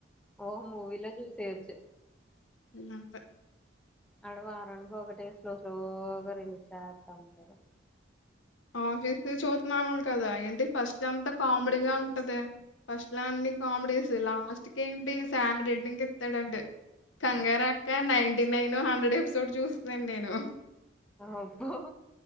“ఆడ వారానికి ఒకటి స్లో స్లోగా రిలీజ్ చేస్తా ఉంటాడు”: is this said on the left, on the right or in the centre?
Centre